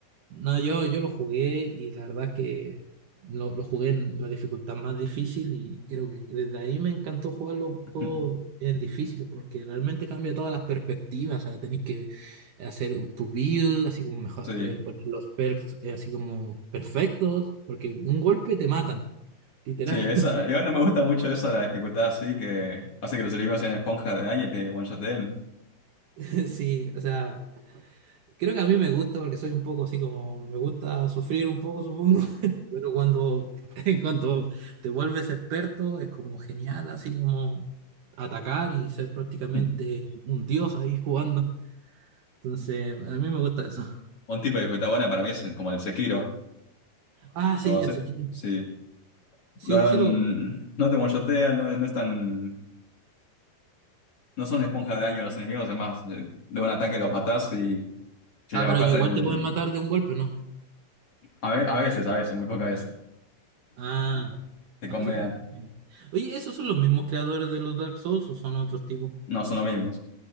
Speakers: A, on the right; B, on the left.
A: No, yo, yo lo jugué y la verdad es que lo, lo jugué en la dificultad más difícil y creo que desde ahí me encantó jugar los
B: <laughs>
A: juegos en difíciles porque realmente cambia todas las perspectivas, o sea, tenés que hacer tu build, así como mejor,
B: Sí,
A: eh, poner los perks eh, así como perfectos, porque un golpe te matan, literal,
B: sí, esa, igual no me gusta mucho eso, la dificultad así que hace que los enemigos sean esponjas de daño y te one-shoten.
A: <laughs> sí, o sea, Creo que a mí me gusta porque soy un poco así como, me gusta sufrir un poco, supongo, <laughs> pero cuando, <laughs> cuando te vuelves experto es como genial, así como atacar y ser prácticamente
B: <laughs>
A: un dios ahí jugando. Entonces, a mí me gusta eso.
B: Un tipo de dificultad buena para mí es el- como el Sekiro.
A: Ah, sí,
B: lo va a hacer
A: el Sekiro.
B: Sí.
A: Sí,
B: No,
A: sí lo...
B: no te mochotea, no, no es tan- no son esponjas de daño los enemigos, es más, de, de un ataque los matás y si
A: Ah,
B: le bajás
A: pero igual
B: el...
A: te pueden matar de un golpe, ¿no?
B: A, ve- a veces, a veces, muy pocas veces,
A: Ah,
B: te
A: ah,
B: convean.
A: sí. Oye, ¿esos son los mismos creadores de los Dark Souls o son otros tipos?
B: No son los mismos,